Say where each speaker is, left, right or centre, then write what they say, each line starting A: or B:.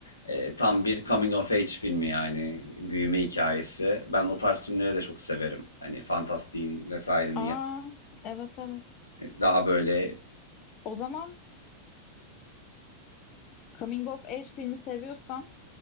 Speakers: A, on the left; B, on the left.
A: Ee, tam bir coming of age filmi yani büyüme hikayesi. Ben o tarz filmleri de çok severim. Hani fantastiğin vesairenin
B: Aa
A: yanı-
B: evet evet.
A: daha böyle.
B: O zaman Coming of Age filmi seviyorsan